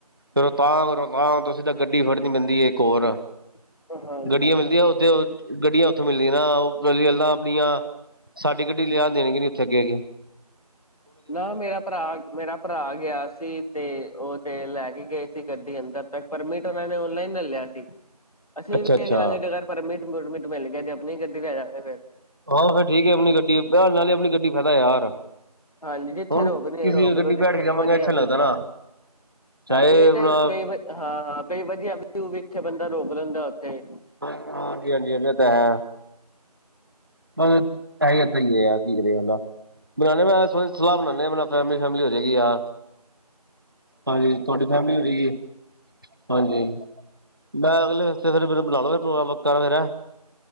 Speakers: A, on the right; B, on the left.
A: ਰੋਹਤਾਂਗ ਰੋਤਾਂਗ ਤੁਸੀਂ ਤਾਂ ਗੱਡੀ ਫੜਨੀ ਪੈਂਦੀ ਇੱਕ ਹੋਰ
B: ਹਾਂਜੀ
A: ਗੱਡੀਆਂ
B: ਹਾਂਜੀ
A: ਮਿਲਦੀਆਂ ਉੱਥੇ ਗੱਡੀਆਂ ਉੱਥੋਂ ਮਿਲਦੀਆਂ ਨਾ ਉਹ ਗੱਲਾਂ ਆਪਣੀਆਂ। ਸਾਡੀ ਗੱਡੀ ਲਿਆ ਦੇਣਗੇ ਨੀ ਉੱਥੇ ਅੱਗੇ ਅ ਕੇ
B: ਨਾ ਮੇਰਾ ਭਰਾ ਮੇਰਾ ਭਰਾ ਗਿਆ ਸੀ ਤੇ ਉਹ ਤੇ ਲੈ ਕੇ ਗਏ ਸੀ ਗੱਡੀ ਅੰਦਰ ਤਾਂ ਪਰਮਿਟ ਉਹਨਾਂ ਨੇ ਓਨਲਾਈਨ ਲ ਲਿਆ ਸੀ। ਅਸੀਂ
A: ਅੱਛਾ
B: ਵੀ
A: ਅੱਛਾ
B: ਚ ਲਾਂਗੇ ਜਗਰ ਪਰ ਮਟ ਮਟ ਮਿਲ ਗਿਆ ਤੇ ਆਪਣੀ ਗੱ ਵੀ ਆ ਜਾਗੇ ਫਿਰ
A: ਆਹੋ ਫਿਰ ਠੀਕ ਏ ਆਪਣੀ ਗੱਡੀ ਬ ਨਾਲ ਹੀ ਆਪਣੀ ਗੱਡੀ ਫ਼ਦਾ ਯਾਰ।
B: ਹਾਂਜੀ ਜਿੱਥੇ
A: ਹੁਣ
B: ਰੋਕਦੇ
A: ਕਿਸੇ
B: ਰੋਕ
A: ਗੱਡੀ
B: ਲੋ ਜਿੱਥੇ
A: ਬੈਠ ਕੇ ਜਾਵਾਂਗੇ
B: ਵਧੀਆ
A: ਅੱਛਾ
B: ਵੀ
A: ਨੀ ਲੱਗਦਾ
B: ਹਾਂ।
A: ਨਾ ਚਾਹੇ
B: ਐ ਵੀ ਇਹ
A: ਆਪਣਾ
B: ਤੇ ਕਈ ਵ ਹਾਂ ਕਈ ਵਧੀਆ ਵੀਊ ਵੀ ਇਥੇ ਬੰਦਾ ਰੋਕ ਲੈਂਦਾ ਉੱਥੇ
A: ਹ ਹਾਂਜੀ ਹਾਂਜੀ ਹ ਤਾਂ ਹੈ। ਬਸ ਹੈਦ ਹੀ ਰਿਦਾ ਬਉ ਮੈਂ ਸਲਾਹ ਬਣਾਦੇ ਫੈਮ ਫੈਮਲੀ ਹੋ ਜਾਏਗੀ ਯਾਰ। ਹਾਂਜੀ ਤੁਹਾਡੀ ਫੈਮਲੀ ਹੋ ਜਾਏਗੀ ਹਾਂਜੀ। ਮੈਂ ਅਗਲੇ ਹਫ਼ਤੇ ਫਿਰ ਮੈਨੂੰ ਬੁਲਾ ਲ ਪ੍ਰੋਗਰਾਮ ਵ ਫੇਿਰ